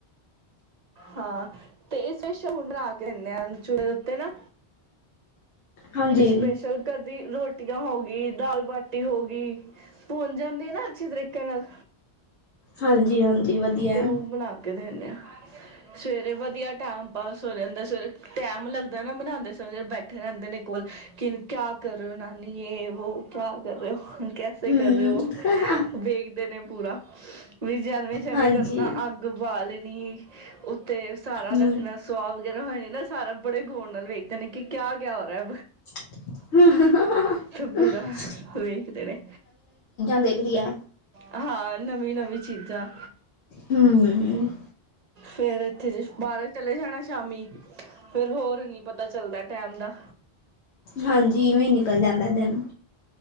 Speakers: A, on the right; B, on the left.
A: ਹਾਂ ਤੇ ਇਸ ਹੁਣ ਬਣਾ ਕੇ ਹਦੇ ਆ ਚੂ ਦੇ ਉੱਤੇ ਨਾ
B: ਹਾਂਜੀ
A: ਸਪੈਸ਼ਲ ਘਰ ਦੀ ਰੋਟੀ ਟੀਆਂ ਹੋ ਗਈ ਦਾਲ ਬਾਟੀ ਹੋ ਗਈ ਭੁੰਨ ਜਾਂਦੀ ਆ ਨਾ ਅੱਛੇ ਤਰੀਕੇ ਨਾਲ
B: ਹਾਂਜੀ ਹਾਂਜੀ ਵਧੀਆ
A: ਤੇ ਉਹ
B: ਹੈ
A: ਬਣਾ ਕੇ ਦੇਿੰਦੇ ਆ ਸਵੇਰੇ ਵਧੀਆ ਟੈਮ ਪਾਸ ਹੋ ਜਾਂਦਾ ਸਵੇਰੇ ਟੈਮ ਲੱਗਦਾ ਨਾ ਬਣਾਉਂਦੇ ਸਮੇਂ ਬੈਠੇ ਰਹਿੰਦੇ ਨੇ ਕੋਲ ਕਿ ਕਿਆ ਕਰ ਰਿਓ ਨਾਨੀ ਇਹ ਵੋ ਕਿਆ ਕਰ ਰਹੇ ਹੋ ਕੈਸੇ
B: ਹੂੰ,
A: ਕਰਦੇ ਉਹ ਵੇ ਕਰਦੇ ਨੇ ਪੂਰਾ ਵੀ ਜੇ ਜਿਵੇਂ
B: ਹਾਂਜੀ।
A: ਕਰਨਾ ਅੱਗ ਬਾਲੇ <unintelligible> ਤੇ ਸਾਰਾ
B: ਹੂੰ,
A: ਰੱਖਣਾ ਸੁਵਾਗ ਜਰਾ ਹੋ ਨਾ ਸਾਰਾ ਬੜੇ ਗੋਰ ਨਾਲ ਵੇਖਦੇ ਨੇ ਕਿ ਕਿਆ ਕਿਆ ਹੋ ਰਿਹਾ
B: ਹਮ
A: ਤੇ ਪੂਰਾ ਵੇਖਦੇ ਨੇ
B: ਦੇਖ ਰਹੀ ਹੈ।
A: ਹਾਂ ਨਵੀਂ ਨਵੀਂ ਚੀਜ਼ਾਂ
B: ਹੂੰ,
A: ਫੇਰ ਇੱਥੇ ਜੇ ਪਾਰਕ ਚਲੇ ਜਾਣਾ ਸ਼ਾਮੀ ਫੇਰ ਹੋਰ ਨੀ ਪਤਾ ਚੱਲਦਾ ਟੈਮ ਦਾ
B: ਹਾਂਜੀ ਇਵੇਂ ਨਿਕਲ ਜਾਂਦਾ ਦਿਨ।